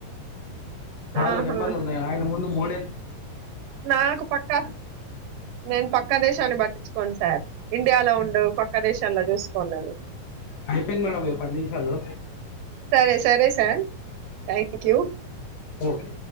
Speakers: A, on the left; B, on the right.
A: బాల
B: ఆహా
A: నెంబర్లు ఉన్నాయి ఆయన ముందు మోడ
B: నాకు పక్క నేను పక్క దేశాన్ని పట్టించుకోను సార్ ఇండియాలో ఉండు పక్క దేశాల్లో చూసుకోన్నాను
A: అయిపోయింది మేడమ్ ఇంకా పది నిమిషాలు
B: సరే సరే సార్ థ్యాంక్ యూ
A: ఓకే